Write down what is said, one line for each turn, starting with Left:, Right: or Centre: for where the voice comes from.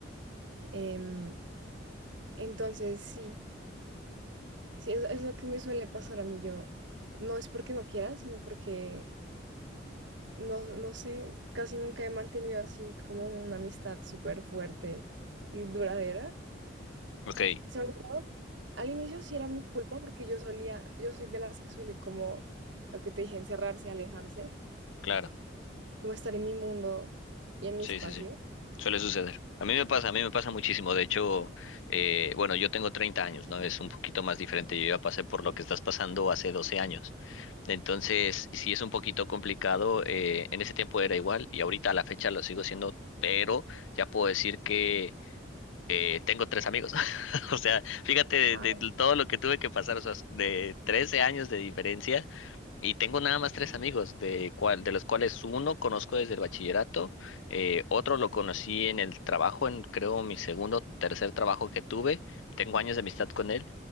Right: Em, entonces sí, sí, es, es lo que me suele pasar a mí. Yo no es porque no quiera, sino porque no, no sé, casi nunca he mantenido así como una amistad súper fuerte y duradera.
Left: ok,
Right: Sobre todo Al inicio sí era mi culpa porque yo solía, yo soy de las que suele como, lo que te dije, encerrarse, alejarse,
Left: claro.
Right: como estar en mi mundo y en mi
Left: Sí,
Right: espacio.
Left: sí, sí. Suele suceder. A mí me pasa, a mí me pasa muchísimo. De hecho, eh, bueno, yo tengo 30 años, ¿no? Es un poquito más diferente. Yo ya pasé por lo que estás pasando hace 12 años. Entonces, sí es un poquito complicado. eh, en ese tiempo era igual y ahorita a la fecha lo sigo siendo, pero ya puedo decir que eh, tengo tres amigos. <laughs> O sea, fíjate
Right: Wow.
Left: de, de todo lo que tuve que pasar, o sea, de 13 años de diferencia y tengo nada más tres amigos, de, cual- de los cuales uno conozco desde el bachillerato, eh, otro lo conocí en el trabajo, en creo mi segundo, tercer trabajo que tuve, tengo años de amistad con él,